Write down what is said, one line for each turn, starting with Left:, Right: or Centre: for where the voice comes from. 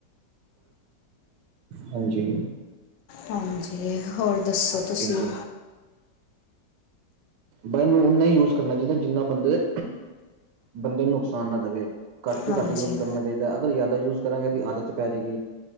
Right: ਹਾਂਜੀ।
Left: ਹਾਂਜੀ! ਹੋਰ ਦੱਸੋ ਤੁਸੀਂ।
Right: ਬਿਲਕੁਲ ਬ ਇਹਨੂੰ ਓਨਾ ਹੀ ਯੂਜ ਕਰਨਾ ਚਾਹੀਦਾ। ਜਿੰਨਾ ਬੰਦੇ ਬੰਦੇ ਨੂੰ ਨੁਕਸਾਨ ਨਾ ਦੇਵੇ ਘੱਟ ਤੋਂ
Left: ਹਾਂਜੀ
Right: ਘੱਟ ਯੂਜ਼ ਕਰਨਾ ਹੀ ਅਗਰ ਜ਼ਿਆਦਾ ਯੂਜ ਕਰਾਂਗੇ ਇਹਦੀ ਆਦਤ ਪੈ ਜੇਗੀ